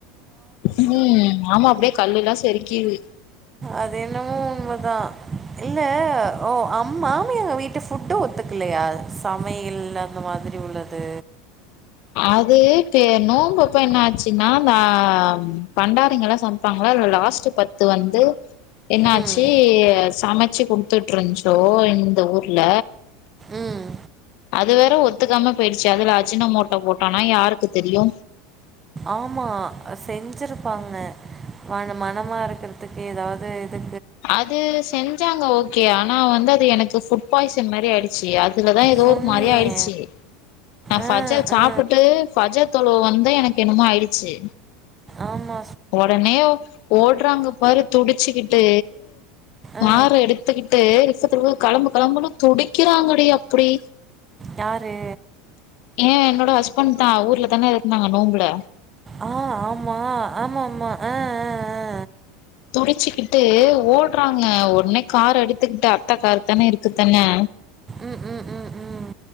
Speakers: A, on the left; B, on the right.
A: ம் ஆம்மா அப்டே கல்லுல்லா செரிக்கிது
B: அது என்னமொ உண்மதா இல்ல ஓ அம் மாமி எங்க வீட்டு ஃபுட்டு ஒத்துக்கிலையா சமையல் அந்த மாதிரி உள்ள து
A: அது ப்ப நோன்ம்ப்ப என்னாச்சுன்னா நா பண்டாரிங்கல்லா சம் பாங்கல்ல அதுல லாஸ்ட்டு பத்து வந்து என்னாச்சு
B: ம்
A: சமச்சு குடுத்துட்ருச்சோ இந்த ஊர்ல
B: ம்
A: அது வேற ஒத்துக்காம பெய்டுச்சு அதுல அஜினமோட்டோ போட்டோனா யாருக்கு தெரியு
B: ஆம்மா செஞ்சிருப்பாங்க மன மனமா இருக்கற்துக்கு எதாவ்து இது
A: அது செஞ்சாங்க ஓக்கே ஆனா வந்து அது எனக்கு புட் பாய்சன் மாரி அய்டு ச்சி அதுலதா ஏதோ
B: சொன்னியே
A: ஒரு மாரியா ஆயிடுச்சு நா
B: ஆ
A: பஜல் சாப்
B: ஆ
A: ட்டு பஜ தொள வந்த எனக்கு என்னமோ ஆய்டுச்சு
B: ஆம்மா
A: ஒடனே ஓட்றாங்க பாரு துடிச்சுக்கிட்டு காரு
B: ஆ
A: எடுத்துக்கிட்டு இஃப்த்திலி களம்பு களம்புன்னு துடிக்கிறாங்கடி அப்புடி
B: யாரு
A: ஏ என்னோட ஹஸ்பண்ட்தா ஊர்லதானே இருந்தாங்க நோம்புல
B: ஆ ஆம்மா ஆம்மா ஆம்மா ஆ ஆ ஆ
A: துடிச்சுக்கிட்டு ஓட்றாங்க ஒட்னே கார் எடுத்துக்கிட்டு அத்த காருதான்னே இருக்குதானே
B: ம் ம் ம் ம்